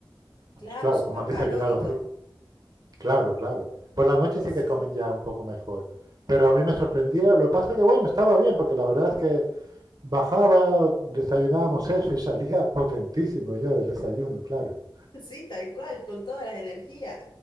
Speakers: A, on the left; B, on the right.
A: Claro,
B: Claro,
A: súper
B: como han
A: calórico.
B: desayunado así. Claro, claro. Por la noche
A: Sí,
B: sí
A: sí.
B: que comen
A: <laughs>
B: ya un poco mejor. Pero a mí me sorprendía. Lo que pasa es que, bueno, estaba bien, porque la verdad es que bajaba, desayunábamos eso y salía <laughs> potentísimo yo del desayuno, claro. <laughs>
A: Sí, tal cual, con todas las energías.